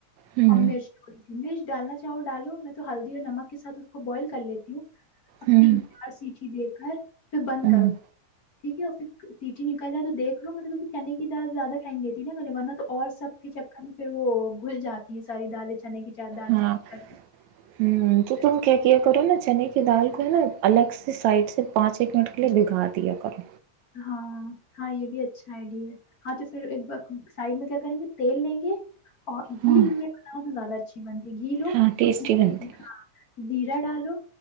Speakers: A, on the right (about 75°); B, on the left (about 55°).
A: ہوں
B: ا م ڈ مش ڈالنا <unintelligible> چاؤول ڈالو میں تو ہلدی اور نمک کےاتھ اس کو بوائل کر لیتی ہوں اب
A: ہوں
B: تین چار سیٹیھی دے کر پھر بند
A: ہوں
B: کر دو ٹھیک ہے پھر <unintelligible> تیٹھی نکل جائے تو دیکھ لو مطلب کہ چنے کی دال زیادہ ٹائم گتی ہے نا کہنے ورنا تو اور سب کے چکر میں پھر وہ گھل جاتا ساری دالیں چاننے کی
A: ہاں
B: میں
A: ہ تو تم
B: ہاں
A: کیا کیا کرو نا ج نہیں <unintelligible> دال کو ہے نا الگ سے سائڈ سے پانچ ایک منٹ کے لیے بگا دیا کر
B: ہاں ہاں یہ بھی اچھا آئیڈیا ہے ہاں تو پھر ایک سائڈ میں کیا کریں گے تیل لیں گے اور
A: ہاں
B: جل میں <unintelligible> زدہ اچھی بنتی گی لو
A: ہاں ٹیسٹی
B: ا <unintelligible>
A: بنتی
B: زیرا ڈالو